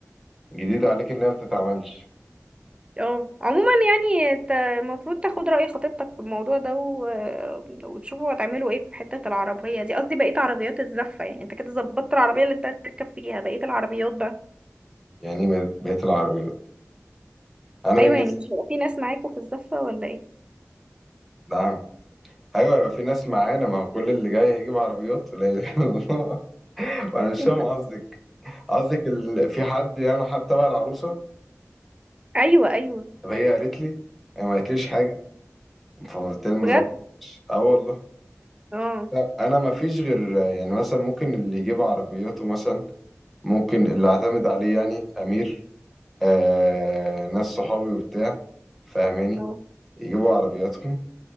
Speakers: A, in the centre; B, on the right (about 20°).
A: جديد عليك انها ما بتتعملش
B: اه عموما يعني انت المفروض تاخد رأي خطيبتك في الموضوع ده و... وتشوفوا هتعملوا ايه في حتة العربية دي قصدي بقية عربيات الزفة يعني انت كده ظبطت العربية اللي انت هتركب فيها بقية العربيات بقى
A: يعني بقت بقت العربيات انا
B: ايوه
A: بالنسبه
B: يعني مش هيبقى في ناس معاكوا في الزفة ولا ايه
A: نعم ايوه يبقى في ناس معانا ما هو كل اللي جاي هيجيب عربيات لا اله الا الله <laughs> وانا مش
B: <laughs>
A: فاهم قصدك قصدك ال... في حد يعني حتى بقى العروسه
B: ايوه ايوه
A: طب هي قالت لي هي ما قالتليش حاجه فبالتالي ما
B: بجد
A: ظبطش اه والله
B: اه
A: لا انا ما فيش غير يعني مثلا ممكن اللي يجيب عربياته مثلا ممكن اللي اعتمد عليه يعني امير آه ناس صحابي وبتاع فاهماني
B: اه
A: يجيبوا عربياتهم